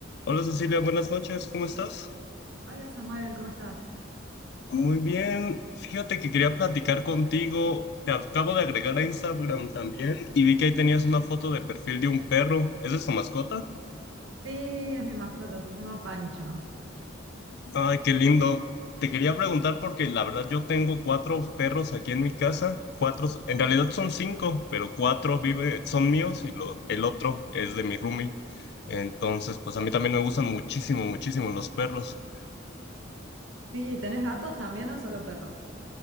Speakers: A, on the left; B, on the right.
A: Hola Cecilia, buenas noches, ¿cómo estás?
B: Hola Samuel, ¿cómo estás?
A: Muy bien, fíjate que quería platicar contigo, te acabo de agregar a Instagram también y vi que ahí tenías una foto de perfil de un perro, ¿esa es tu mascota?
B: Sí, es mi mascota, se llama Pancha.
A: Ay, qué lindo. Te quería preguntar porque la verdad yo tengo cuatro perros aquí en mi casa, cuatro, en realidad son cinco, pero cuatro vive, son míos y lo, el otro es de mi roomie. Entonces, pues a mí también me gustan muchísimo, muchísimo los perros.
B: Sí, ¿tenés gatos también o solo perros?